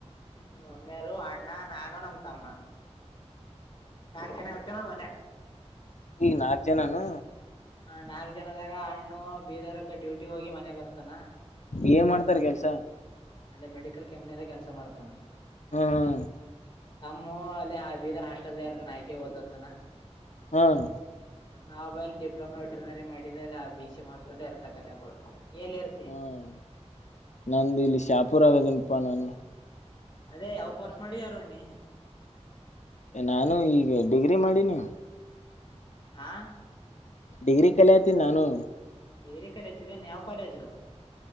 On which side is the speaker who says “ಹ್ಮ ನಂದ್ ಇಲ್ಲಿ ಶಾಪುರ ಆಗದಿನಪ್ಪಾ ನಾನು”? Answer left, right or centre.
Left